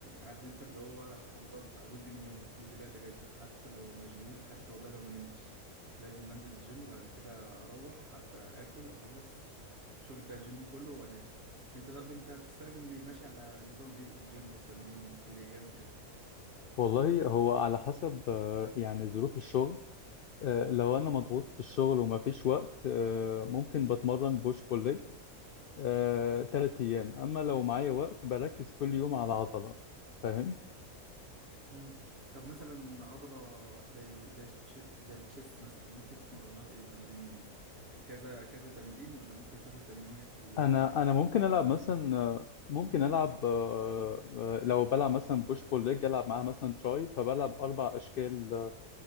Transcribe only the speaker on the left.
والله هو على حسب أه، يعني ظروف الشغل أه، لو انا مضغوط في الشغل وما فيش وقت أه، ممكن بتمرن بوش بول آه، تلات أيام أما لو معايا وقت بركز كل يوم على عضلة فاهم
أنا
أنا ممكن ألعب
مثلا
آه، ممكن ألعب آه، آه، لو بلعب مثلا بوش بول ليج ألعب معاها مثلا تراي فبلعب أربع أشكال